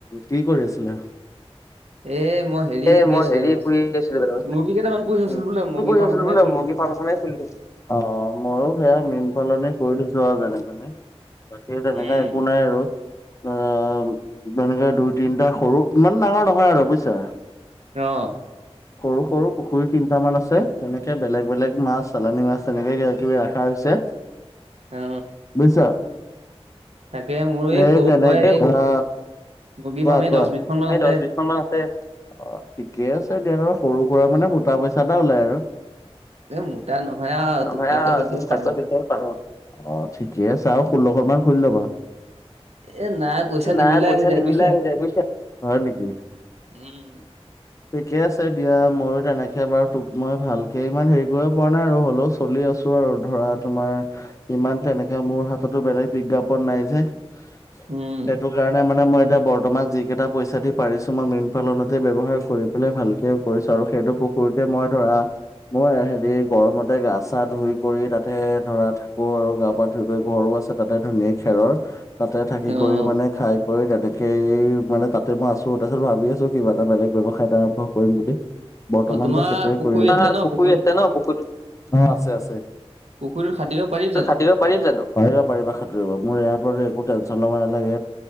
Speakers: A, on the left; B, on the right.
A: কি কৰি আছিলা?
B: এ মই হেৰি
A: এ,
B: পুহি
A: মই
B: আছিলো
A: হেৰি
B: কেইটামান
A: কৰি
B: চা-
A: আছিলোঁ। <unintelligible>
B: মুৰ্গী কেইটামান পুহি আছিলো বোলে মুৰ্গী ফাৰ্ম
A: আছিলোঁ
B: এখনে
A: <unintelligible> <unintelligible>
B: খুলি থৈছো
A: অ', ম‌ইও সেয়া মীন পালনে কৰি থৈছোঁ আৰু যেনে তেনে। বাকি তেনেকা
B: উম
A: একো নাই আৰু। অ', তেনেকৈ দুই তিনিটা সৰু ইমান ডাঙৰ নহয় আৰু বুজিছা?
B: অ'।
A: সৰু সৰু পুখুৰী তিনিটামান আছে, তেনেকে বেলেগ বেলেগ মাছ চালানী মাছ তেনেকে কিবা কিবি ৰখা হৈছে।
B: অ
A: বুইছা?
B: তাকে মোৰ
A: সেই
B: এই সৰু
A: তেনেকে
B: সুৰাই এই
A: <unintelligible> কোৱা,
B: মুৰ্গী
A: কোৱা
B: ফাৰ্মে দহ বিশ খন মান
A: এই
B: আছে
A: দহ বিছশ মান আছে। অ', ঠিকেই আছে দিয়া ধৰা সৰু সুৰা মানে মোটা পইচা এটা ওলাই আৰু।
B: এ মোটা নহয় আৰু
A: নহয়া
B: তোক তাককৈ চলি
A: <unintelligible>
B: থাকিব পাৰো
A: অ', ঠিকে আছে আৰু ষোল্লশ মান খুলি ল'বা।
B: এ নাই পইচা
A: নাই
B: নিমিলাই
A: পইচা
B: হৈ যায়
A: নিমিলা
B: বুজিছা
A: হৈ যায় বুজিছা, হয় নেকি?
B: উম।
A: ঠিকে আছে। ছে দিয়া ময়ো তেনেকে বাৰু তোক মই ভালকে ইমান হেৰি কৰিব পৰা নাই আৰু হ'লেও চলি আছোঁ। <unintelligible> আৰু ধৰা তোমাৰ ইমান তেনেকে মোৰ হাততো বেলেগ বিজ্ঞাপন নাই যে। <unintelligible>
B: উম,
A: কাৰণে মানে মই এতিয়া বৰ্তমান যি কেইটা পইচা দি পাৰিছোঁ মই মীন পালনতে ব্যৱহাৰ কৰি পেলাই ভাল কৰিছোঁ আৰু সেইটো পুখুৰীতে মই ধৰা মই হেৰি গৰমতে গা চা ধুই কৰি তাতে ধৰা থাকোঁ আৰু গা-পা <unintelligible> <unintelligible> ঘৰো আছে তাতে ধুনীয়া খেৰৰ তাতে থাকি
B: অ',
A: কৰি মানে খাই ম‌ই তেনেকেই মানে তাতে ম‌ই আছোঁ, তাৰপিছত ভাবি আছোঁ, কিবা এটা বেলেগ ব্যৱসায় এটা আৰম্ভ কৰিম বুলি। বৰ্তমান
B: অ, তোমাৰ
A: সেইটোৱে
B: পুখুৰী
A: কৰি আছোঁ
B: আছে
A: <unintelligible>
B: ন
A: পুখুৰী
B: পুখুৰীটোত
A: আছে ন? পুখুৰীত আছে, আছে।
B: পুখুৰীটো খান্দিব পাৰি।
A: পুখুৰীটো খান্দিব পাৰি জানো? পাৰিবা পাৰিবা খান্দিব, মোৰ ইয়াৰ ওপৰতে একো টেনচন ল'ব নালাগে।